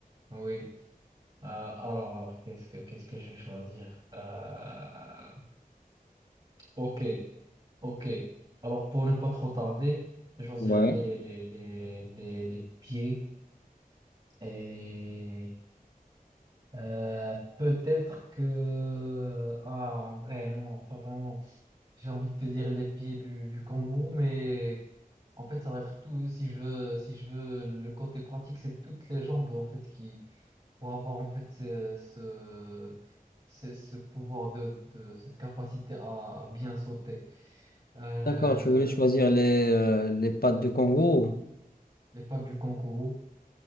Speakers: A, on the right; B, on the left.
A: Oui. Euh, alors, alors, qu'est-ce que qu'est-ce que je vais choisir? Euh, ok, ok. Alors, pour ne pas trop tarder, je vais choisir
B: Ouais.
A: les les les les, les pieds et euh, peut-être que ah en vrai non, pas vraiment. J'ai envie de te dire les pieds du du kangourou, mais en fait, ça va être tout. Si je veux si je veux le côté pratique, c'est toutes les jambes en fait qui pour avoir en fait ce, ce, ce- ce pouvoir de, de cette capacité à, à bien sauter. Euh,
B: D'accord, tu voulais choisir les, euh, les pattes de kangourou.
A: les pattes du kangourou.